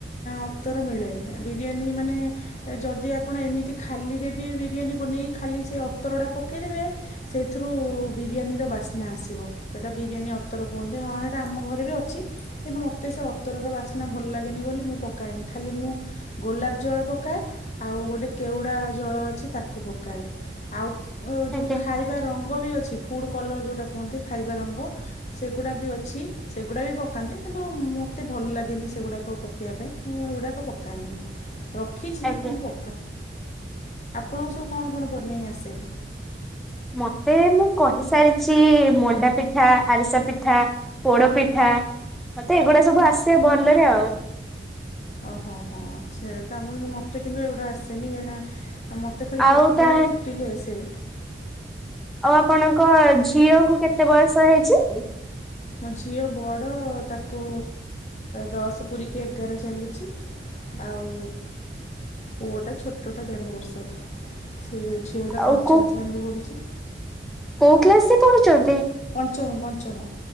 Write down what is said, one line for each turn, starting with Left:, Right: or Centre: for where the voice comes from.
Left: ଅତର ମିଳେ ବିରିୟାନୀ ମାନେ ଯଦି ଆପଣ ଏମିତି ଖାଲିରେ ବି ବିରିୟାନୀ ବନେଇି ଖାଲି ସେ ଅତରଗଡା ପକେଇଦେବେ ସେଇଥିରୁ ବିରିୟାନୀର ବାସ୍ନା ଆସିବ। ସେଇଟା ବିରିୟାନୀ ଅତର କୁହନ୍ତି ହଁ ଏଇଟା ଆମ ଘରେ ବି ଅଛି କିନ୍ତୁ ମତେ ମତେ ସେ ଅତରର ବାସ୍ନା ଭଲ ଲାଗେନି ବୋଲି ମୁଁ ପକାଏନି ଖାଲି ମୁଁ ଗୋଲାପ ଜଳ ପକାଏ ଆଉ ଗୋଟେ କେଉଡ଼ା ଜଳ ଅଛି ତାକୁ ପକାଏ ଆଉ
Centre: ଆଜ୍ଞା
Left: ଯୋଉ ଖାଇ ବା ରଙ୍ଗ ବି ଅଛି ଫୁଡ୍ କଲର ଯୋଉଟା କୁହନ୍ତି ଖାଇବା ରଙ୍ଗ ସେଗୁଡା ବି ଅଛି ସେଗୁଡା ବି ପକାନ୍ତି କିନ୍ତୁ ମତେ ଭଲ ଲାଗେନି ସେଗୁଡ଼ାକ ପକେଇବା ପାଇଁ ମୁଁ ଏଗୁଡ଼ାକ ପକାଏନି ରଖିଛି
Centre: ଆଜ୍ଞା।
Left: କିନ୍ତୁ ପ ଆପଣଙ୍କ ସବୁ କଣ କଣ ବନେଇ ଆସେ?
Centre: ମତେ ମୁଁ କହିସାରିଚି ମଣ୍ଡା ପିଠା ଆରିସା ପିଠା ପୋଡପିଠା ମତେ ଏଗୁଡା ସବୁ ଆସେ ଭଲରେ ଆଉ।
Left: ଓହୋହୋ ଆଚ୍ଛା ତା ବୋଲି ମତେ କିନ୍ତୁ ଏଗୁଡା ଆସେନି କାଇଁ ନା ମୋତେ ଖାଲି
Centre: ଆଉ
Left: ଚକୁଳି
Centre: ତା
Left: ଇଟିଲି ଆସେ।
Centre: ଆଉ ଆପଣଙ୍କ ଝିଅକୁ କେତେ ବୟସ ହେଇଚି?
Left: ମୋ ଝିଅ ବଡ଼ ତାକୁ ଦଶ ପୁରିକି ଏଗାର ଚାଲିଚି ଆଉ ପୁଅଟା ଛୋଟଟା ଦେଢ଼ ବର୍ଷର। ଏ ଝିଅଟା
Centre: ଆଉ
Left: ପଞ୍ଚମ
Centre: କୋଉ
Left: ଶ୍ରେଣୀରେ ପଢ଼ୁଚି
Centre: କୋଉ କ୍ଲାସ ରେ ପଢୁଚନ୍ତି?
Left: ପଞ୍ଚମ ପଞ୍ଚମ।